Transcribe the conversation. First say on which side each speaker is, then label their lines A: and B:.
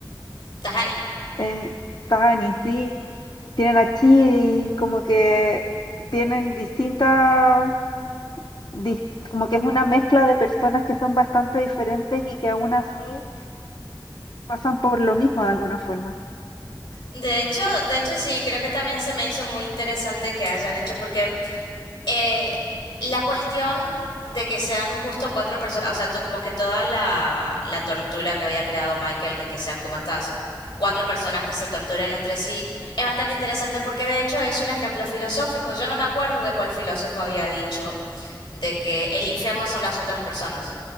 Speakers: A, on the left; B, on the left.
A: Tahani.
B: eh, Tani, sí, tienen a Chidi, como que tienen distintas, dis- como que es una mezcla de personas que son bastante diferentes y que aún así pasan por lo mismo de alguna forma.
A: De hecho, de hecho sí, creo que también se me hizo muy interesante que hayan hecho, porque eh, la cuestión de que sean justo cuatro personas, o sea, to- como que toda la, la tortura que había creado Michael de que sean como estas cuatro personas que se torturen entre sí, es bastante interesante porque de hecho es un ejemplo filosófico. Yo no me acuerdo de cuál filósofo había dicho de que el infierno son las otras personas.